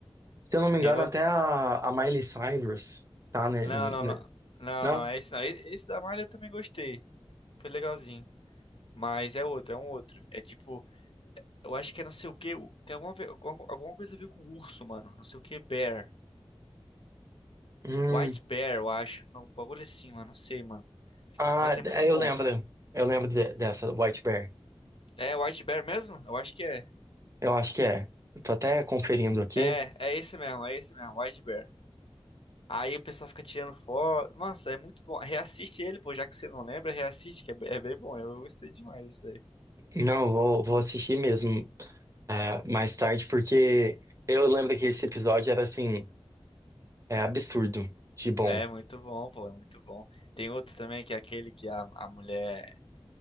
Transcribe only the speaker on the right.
Se eu não me
engano,
até a, a Miley Cyrus tá, né?
n-
n-
Não?
Hum,
ah,
é,
eu lembro. Eu lembro de- dessa White Bear.
Eu acho que é. Eu Tô até conferindo aqui.
Não, vou, vou assistir mesmo é, mais tarde, porque eu lembro que esse episódio era assim, é absurdo de bom.